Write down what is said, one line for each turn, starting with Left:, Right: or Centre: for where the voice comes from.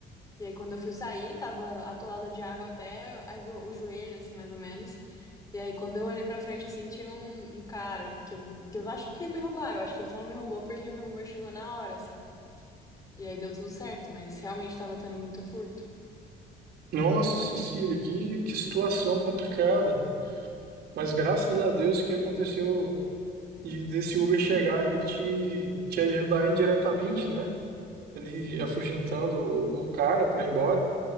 Left: E aí, quando eu fui sair, tava atolada de água até a jo- o joelho, assim, mais ou menos. E aí, quando eu olhei pra frente, assim, tinha um, um cara que eu, que eu achei que ia me roubar. Eu acho que ele só não me roubou porque meu Uber chegou na hora, assim. E aí deu tudo certo, mas realmente tava tendo muito furto.
Right: Nossa, Cecília, que, que situação complicada. Mas graças a Deus que aconteceu e desse Uber chegar aí e te, te ajudar indiretamente, né? Ele afugentando o, o cara para ir embora,